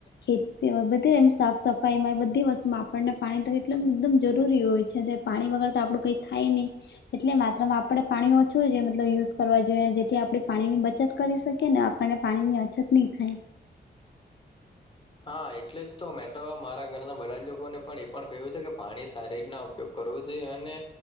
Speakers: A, on the left; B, on the left.
A: ખેતી બધે એમ સાફ સફા ઈમાં એ બધી વસ્તુમાં આપણને પાણી તો એટલુ એકદમ જરૂરી હોય છે તે પાણી વગર તો આપડું કય થાય ની એટલે માત્ર માં આપણેે પાણી ઓછું જે મતલબ યુઝ કરવા જોઈએ ને જે થી આપણે પાણી ની બચત કરી શકીએ ને આપણને પાણી ની અછત ની થાય.
B: હા એટલે જ તો મેં તો મારા ઘરના બધા જ લોકોને પણ એ પણ કહ્યું છે કે પાણી સારી રીતના ઉપયોગ કરવો જોઈએ અને